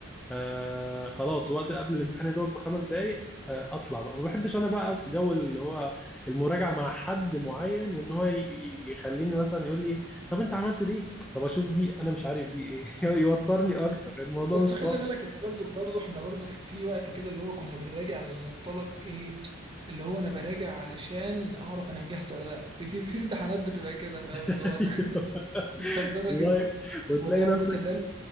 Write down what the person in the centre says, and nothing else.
آه خلاص وقت قبل الامتحان يدوق بخمس دقايق آه اطلع بقى ما بحبش انا بقى جو اللي هو المراجعه مع حد معين وان هو ي- ي- يخليني مثلا يقول لي طب انت عملت دي طب اشوف دي انا مش عارف دي ايه <laughs> يوترني اكتر الموضوع
مش
طايق
<laughs>
والله
وتلاقي نفسك